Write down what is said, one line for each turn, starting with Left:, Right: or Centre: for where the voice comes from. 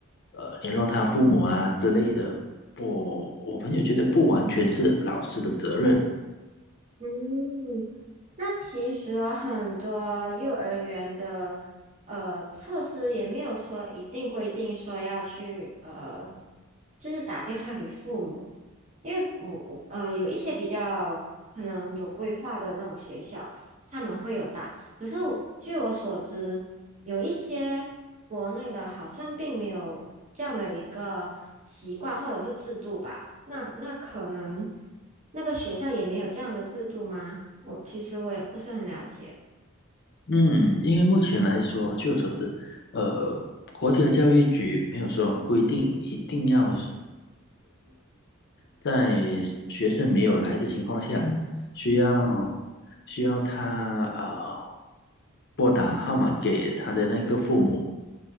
Left: 呃联络他父母啊之类的。我我朋友觉得不完全是老师的责任，
Right: 嗯，那其实啊很多幼儿园的呃措施也没有说一定规定说要去呃，就是打电话给父母。因为我我呃有一些比较可能有规划的那种学校，他们会有打。可是我据我所知，有一些国内的好像并没有这样的一个习惯或者是制度吧。那那可能那个学校也没有这样的制度吗？我其实我也不是很了解。
Left: 嗯，因为目前来说，据我所知，呃，国家教育局没有说规定一定要。在学生没有来的情况下，嗯需要需要他呃拨打号码给他的那个父母。